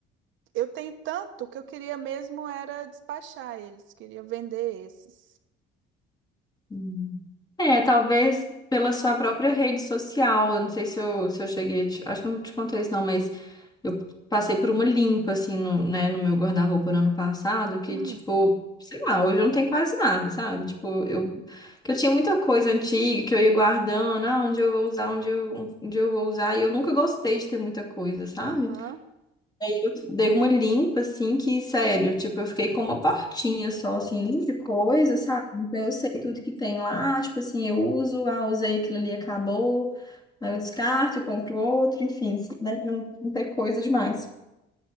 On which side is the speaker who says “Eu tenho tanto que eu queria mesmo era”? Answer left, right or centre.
Right